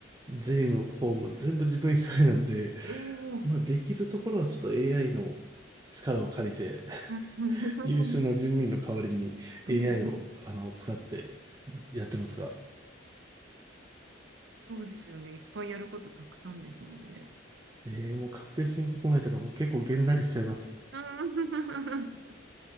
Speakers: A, on the right; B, on the right.
A: 税務、法務、全部自分一人なんで、
B: おお、うん
A: まあ、できるところはちょっと AI の力を借りて、<laughs>
B: うん
A: 優秀な事務員の代わりに
B: うんうん
A: AI を、あの、使ってやってますが、
B: そうですよね。いっぱいやることたくさんですもんね。
A: ねえ、もう確定申告前とかも結構げんなりしちゃいます。
B: <laughs> うん